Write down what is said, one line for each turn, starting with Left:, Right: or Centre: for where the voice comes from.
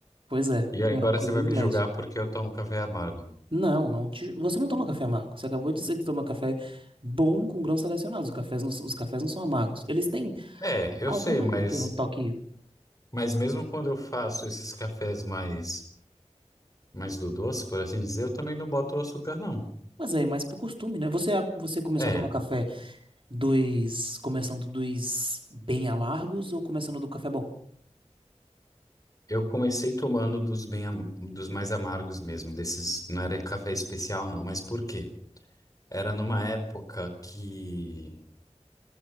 Right: Pois é,
Left: E agora
Right: uma curiosidade.
Left: você vai me julgar porque eu tomo café amargo.
Right: Não, não te- você não toma café amargo. Você acabou de dizer que toma café bom com grãos selecionados. Os cafés não, os cafés não são amargos. Eles têm.
Left: É, eu
Right: Algum
Left: sei,
Right: deve
Left: mas,
Right: ter um toque.
Left: mas mesmo quando eu faço esses cafés mais, mais do doce, por assim dizer, eu também não boto açúcar, não.
Right: Mas é mais por costume, né? Você, você começou
Left: É,
Right: a tomar café dos. Começando dos bem amargos ou começando do café bom?
Left: eu comecei tomando dos bem, am- dos mais amargos mesmo, desses, não era café especial, não, mas por quê? Era numa época que,